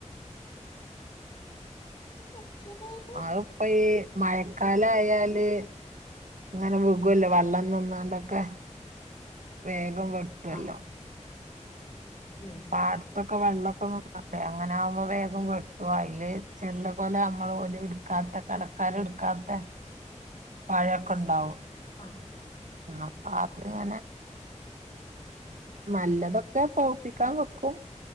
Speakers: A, on the left; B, on the right.
A: <unintelligible>
B: അത്പ്പം ഈ മഴക്കാലം ആയാല് അങ്ങനെ വികോല്ലോ വെള്ളം നിന്നാണ്ടൊക്കെ വേഗം വെട്ടുല്ലോ
A: ആ ഉം
B: പാട് അത്തൊക്കെ വെള്ളമൊക്കെന്ന അങ്ങനെ ആവുമ്പോ വേഗം പെട്ടു അതില് ചെള്ള് പോലെ നമ്മള് പോലെ <unintelligible> കടക്കാരെടുക്കാത്തെ
A: <inaudible>
B: പഴയൊക്കെ ഉണ്ടാവും
A: ആ
B: അപ്പൊ അത്ങ്ങനെ നല്ലതൊക്കെ പൗപ്പിക്കാൻ വെക്കും